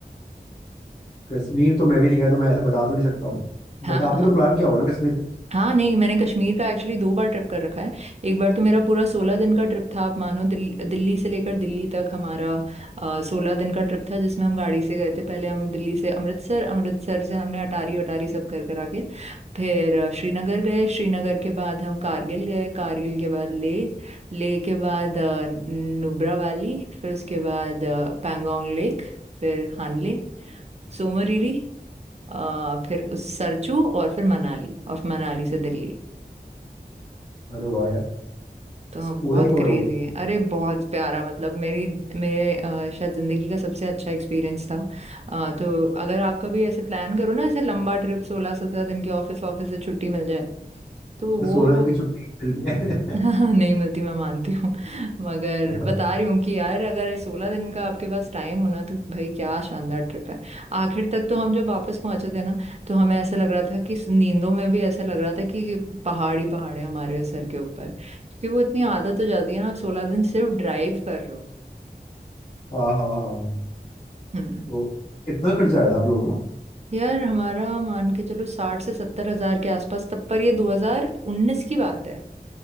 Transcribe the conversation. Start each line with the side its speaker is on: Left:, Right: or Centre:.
Left: कश्मीर तो मैं भी नहीं गया तो मैं ऐसे बता तो नहीं सकता हूँ
Right: <laughs>
Left: बट
Right: हाँ
Left: आपने तो प्लान किया होगा ना कश्मीर
Right: हाँ नहीं मैंने कश्मीर का एक्चुअली दो बार ट्रिप कर रखा है एक बार तो मेरा पूरा सोलह दिन का ट्रिप था आप मानो दिल, दिल्ली से लेकर दिल्ली तक हमारा सोलह दिन का ट्रिप था जिसमें हम गाड़ी से गए थे पहले हम दिल्ली से अमृतसर अमृतसर से हमने अटारी वटारी सब कर कर आके फिर अ, श्रीनगर गए श्रीनगर के बाद हम कारगिल गए कारगिल के बाद ले ले के बाद अ, नुब्रा वैली फिर उसके बाद अ, पैंगोंग लेक फिर हानले सोमरीरी आ, फिर उस सरचू और फिर मनाली और फिर मनाली से दिल्ली
Left: अरे वाह यार
Right: तो हम
Left: पूरा
Right: बहुत
Left: ही कवर
Right: क्रेजी
Left: हो गया
Right: है अरे बहुत प्यारा मतलब मेरी मेरे अ, शायद जिंदगी का सबसे अच्छा एक्सपीरियंस था अ, तो अगर आप कभी ऐसे प्लान करो ना ऐसे लंबा ट्रिप सोलह सत्रह दिन की ऑफिस ऑफिस से छुट्टी मिल जाए तो
Left: अरे
Right: वो
Left: सोलह दिन की छुट्टी मिलती है
Right: <laughs> हाँ हाँ नहीं मिलती मैं मानती हूँ मगर
Left: <laughs> हाँ
Right: बता रही हूँ कि यार अगर सोलह दिन का आपके पास टाइम हो ना तो भाई क्या शानदार ट्रिप है आखिर तक तो हम जब वापस पहुंचे थे ना तो हमें ऐसा लग रहा था कि नींदों में भी ऐसा लग रहा था कि पहाड़ ही पहाड़ है हमारे सर के ऊपर क्योंकि वो इतनी आदत हो जाती है ना आप सोलह दिन सिर्फ ड्राइव कर रहे हो
Left: हाँ हाँ हाँ।
Right: हम्म
Left: तो कितना खर्चा आया था आप लोगों
Right: यार हमारा मान के चलो साठ से सत्तर हजार के आसपास तब पर ये दो हजार उन्नीस की बात है